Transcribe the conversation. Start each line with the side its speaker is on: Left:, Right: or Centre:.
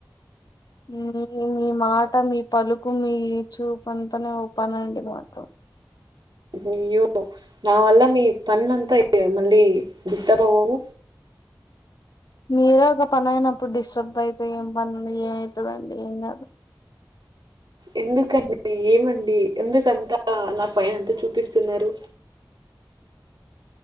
Left: మీ మీ మాట మీ పలుకు మీ చూపు అంతానే ఒపానండి మాకు
Right: అయ్యో నా వల్ల మీ పన్నలంతా మళ్ళీ డిస్టర్బ్ అవావు
Left: మీరే ఒక పని అయినప్పుడు అయితే ఏం పని ఏమవుతుందండి ఏం కాదు
Right: ఎందుకండి ఏమండి ఎందుకంతా నా పై అంతా చూపిస్తున్నారు..